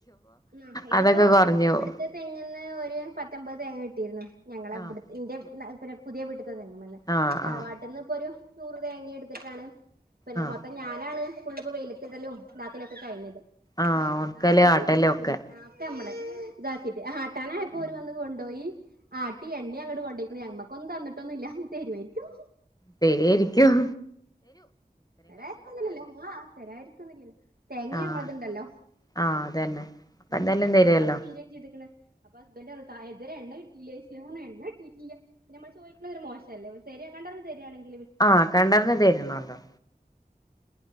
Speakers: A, on the right; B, on the left.
A: ആഹ് ഇതിപ്പോ
B: അതൊക്കെ കൊറഞ്ഞു
A: ഇവിടുത്തെ
B: പോവും
A: തെങ്ങ്ന്ന് ഒരു പത്തമ്പത് തേങ്ങ കിട്ടിയിരുന്നു ഞങ്ങള
B: ആഹ്
A: ഇവിട് ഇന്റെ <unintelligible> പിന്നെ പുതിയ വീട്ടി തെങ്ങിമ്ന്ന്
B: ആഹ്
A: തറവാട്ടിന്ന്
B: ആഹ്
A: ഇപ്പൊരു നൂറ് തേങ്ങ എടുത്തിട്ടാണ് പിന്നെ
B: ആഹ്
A: മൊത്തം ഞാനാണ് ഫുള്ളിപ്പോ വെയിലത്തിടലും ഇതാക്കലും ഒക്കെ കഴിഞ്ഞത്.
B: ആഹ് ഒണക്കല്
A: ആട്ടിയിട്ടില്ല
B: ആട്ടലും
A: <unintelligible>
B: ഒക്കെ
A: <unintelligible> ഇതാക്കിട്ട് ആട്ടാനായപ്പോ ഓരു വന്ന് കൊണ്ടോയി, ആട്ടി എണ്ണയും അങ്ങ്ട് കൊണ്ടോയിക്കണു ഞമ്മക്കൊന്നും തന്നിട്ടൊന്നും ഇല്ല ഇനി തരുവേരിക്കും
B: തെരേരിക്കും
A: തരാരിക്വോന്നില്ലല്ലോ, ആ തരാ തന്നില്ലല്ലോ. തേങ്ങ
B: ആഹ്
A: നമ്മളത്ണ്ടല്ലോ
B: ആഹ് അതന്നെ അപ്പ
A: അപ്പൊ
B: എന്തായാലും
A: എണ്ണ
B: തരുവല്ലോ
A: നമ്മളത് തീരേ ചെയ്തിക്ക്ണ്. അപ്പൊ ഹസ്ബൻഡ് പറഞ്ഞു <unintelligible> ഇത്വരെ എണ്ണ കിട്ടീല്ലേച്ചു, ഞാൻ പറഞ്ഞു എണ്ണ കിട്ടിട്ടില്ല ഞമ്മള് ചോദിക്കണത് ഒരു മോശല്ലേ ശരിയാ, കണ്ടറിഞ്ഞു തെരാണെങ്കി
B: ആ കണ്ടറിഞ്ഞുതെരണോല്ലോ.